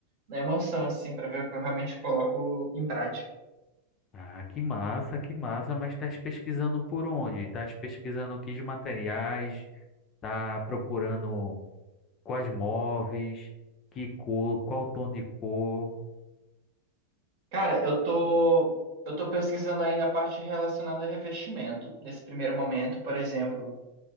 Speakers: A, on the right (about 45°); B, on the left (about 30°).
A: Na emoção, assim, pra ver o que eu realmente coloco em prática.
B: Ah, que massa, que massa. Mas estás pesquisando por onde? Estás pesquisando que materiais? Tá procurando quais móveis? Que cor? Qual tom de cor?
A: Cara, eu tô, eu tô pesquisando ainda a parte relacionada a revestimento. Nesse primeiro momento, por exemplo.